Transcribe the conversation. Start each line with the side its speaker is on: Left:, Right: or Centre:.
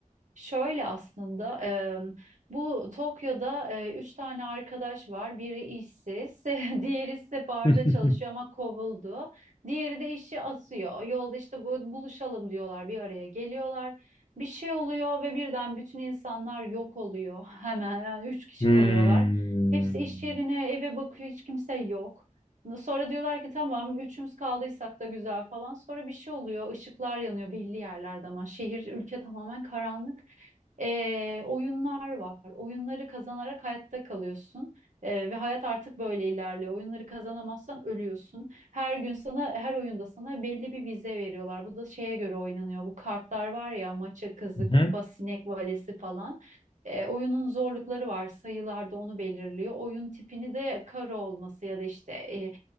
Right: Şöyle aslında em, bu Tokyo'da e, üç tane arkadaş var. Biri işsiz, <laughs> diğeri ise barda
Left: <laughs>
Right: çalışıyor ama kovuldu. Diğeri de işi asıyor. Yolda işte bu- buluşalım diyorlar, bir araya geliyorlar. Bir şey oluyor ve birden bütün insanlar yok oluyor. <laughs> Hemen yani üç kişi
Left: Hmm.
Right: kalıyorlar. Hepsi iş yerine, eve bakıyor, hiç kimse yok. Sonra diyorlar ki tamam üçümüz kaldıysak da güzel falan. Sonra bir şey oluyor. Işıklar yanıyor belli yerlerde ama şehir ülke tamamen karanlık. Ee, oyunlar var. Oyunları kazanarak hayatta kalıyorsun. Ee, ve hayat artık böyle ilerliyor. Oyunları kazanamazsan ölüyorsun. Her gün sana, her oyunda sana belli bir vize veriyorlar. Bu da şeye göre oynanıyor. Bu kartlar var ya, maça kızı,
Left: Hı.
Right: kupa, sinek valesi falan. Ee, oyunun zorlukları var. Sayılar da onu belirliyor. Oyun tipini de karo olması ya da işte e,